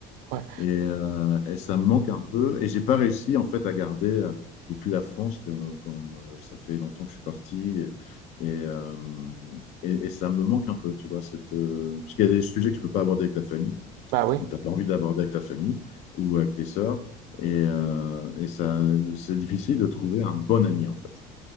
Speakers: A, on the right; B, on the left.
A: Ouais.
B: Et, euh, et ça me manque un peu. Et j'ai pas réussi en fait à garder euh, depuis la France, que- comme euh, ça fait longtemps que je suis parti, et, et, euh, et- et ça me manque un peu, tu vois, cette, euh, parce qu'il y a des sujets que tu peux pas aborder avec ta famille,
A: Bah oui.
B: ou t'as pas envie d'aborder avec ta famille, ou avec tes sœurs, et, euh, et ça, c'est difficile de trouver un bon ami en fait.